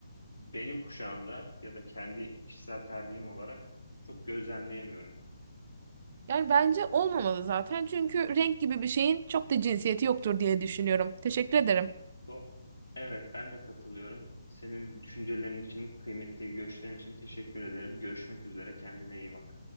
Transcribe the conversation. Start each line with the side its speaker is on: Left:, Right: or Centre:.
Left: benim kuşağımda ya da kendi kişisel tercihim olarak çok gözlemleyemiyorum.
Right: Yani bence olmamalı zaten. Çünkü renk gibi bir şeyin çok da cinsiyeti yoktur diye düşünüyorum. Teşekkür ederim.
Left: Do evet ben de katılıyorum. Senin düşüncelerin için, kıymetli görüşlerin için teşekkür ederim. Görüşmek üzere. Kendine iyi bak.